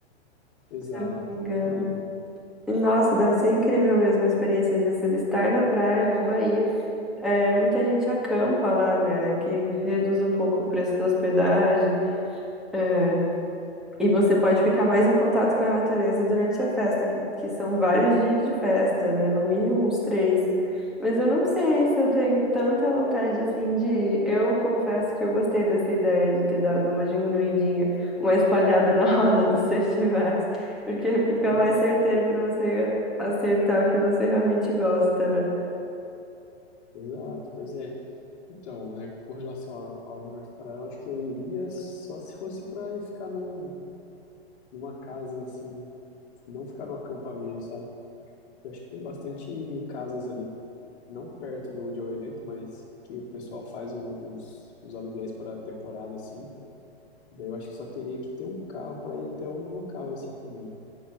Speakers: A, on the left; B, in the centre.
A: Exato,
B: Se eu não me engano.
A: na Bahia.
B: Nossa, deve ser incrível mesmo a experiência de você estar na praia, na Bahia. É, muita gente acampa lá, né? O que reduz um pouco o preço da hospedagem. É, e você pode ficar mais em contato com a natureza durante a festa, que, que são vários dias de festa, né? No mínimo uns três. Mas eu não sei se eu tenho tanta vontade assim de ir. Eu confesso que eu gostei dessa ideia de ter dado uma diminuidinha, uma espalhada na <laughs> roda dos festivais, porque fica
A: Sim,
B: mais certeiro para você acertar o que você realmente gosta, né?
A: exato, pois é. Então, né, com relação a- ao universo paralelo, acho que eu iria só se fosse para ficar num, numa casa, assim, não ficar no acampamento, sabe? Eu acho que tem bastante casas ali não perto do onde é o evento, mas que o pessoal faz um- uns, uns aluguéis para temporada assim. Daí eu acho que só teria que ter um carro para ir até o local assim também.